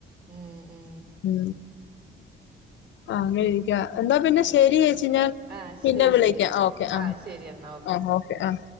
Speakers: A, on the right (about 55°); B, on the left (about 70°).
A: ഉം ഉ ഉം
B: ഉ ആ അങ്ങനെ ഇരിക്ക എന്താ പിന്നെ ശരി ചേച്ചിഞ്ഞാൻ
A: ആഹ്
B: പിന്നെ
A: ശരി
B: വിളക്ക
A: ശരി ശരി
B: ഓക്കെ ആഹ
A: ആഹ് ശരി എന്നാ
B: ആ ഓക്കെ ആഹ